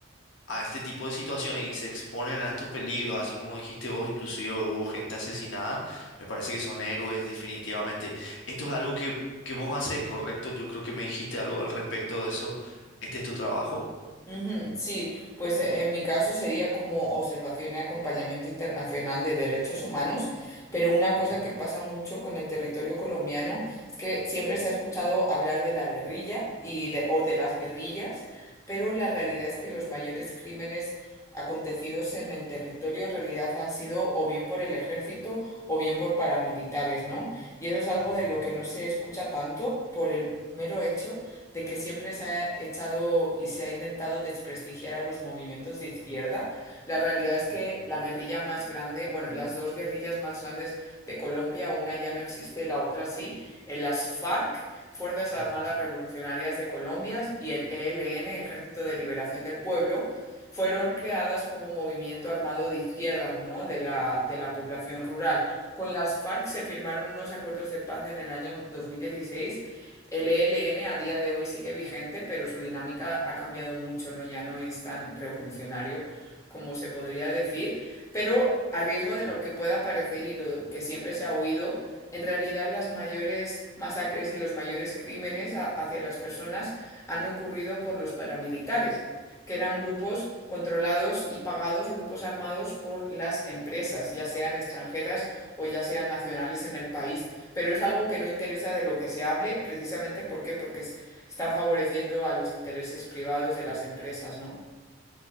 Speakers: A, on the left; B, on the left.
A: a este tipo de situaciones y se exponen a estos peligros, así como dijiste vos, inclusive hubo gente asesinada, me parece que son héroes definitivamente. Esto es algo que, que vos haces, correcto, yo creo que me dijiste algo al respecto de eso, este es tu trabajo.
B: Ujú, Sí, pues eh, en mi caso sería como observación y acompañamiento internacional de derechos humanos, pero una
A: Ujú,
B: cosa que pasa mucho con el territorio colombiano es que siempre se ha escuchado hablar de la guerrilla y de, o de las guerrillas, pero la
A: ujú,
B: realidad es que los mayores crímenes acontecidos en el territorio en realidad han sido o bien por el ejército o bien por paramilitares, ¿no? Y eso es algo
A: ujú,
B: de lo que no se escucha tanto por el mero hecho de que siempre se ha echado y se ha intentado desprestigiar a los movimientos de izquierda. La realidad es
A: ujú,
B: que la guerrilla más grande, bueno, las dos guerrillas más grandes de Colombia, una ya no existe, la otra sí, en las FARC, Fuerzas Armadas
A: ujú.
B: Revolucionarias de Colombia, y el ELN, Ejército de Liberación del Pueblo, fueron creadas como movimiento armado de izquierdas, ¿no? De la, de la población rural. Con las FARC se firmaron unos acuerdos de paz en el año 2016 el ELN a día de hoy sigue vigente, pero su dinámica ha cambiado mucho, ¿no? Ya no es tan revolucionario como se podría decir, pero a riesgo de lo que pueda parecer y lo que siempre se ha oído, en realidad las mayores masacres y los mayores crímenes a- hacia las personas han ocurrido por los paramilitares que eran grupos controlados y pagados, grupos armados por las empresas, ya sean extranjeras o ya sean nacionales en el país. Pero es algo que no interesa de lo que se hable, precisamente ¿por qué? porque es- están favoreciendo a los intereses privados de las empresas, ¿no?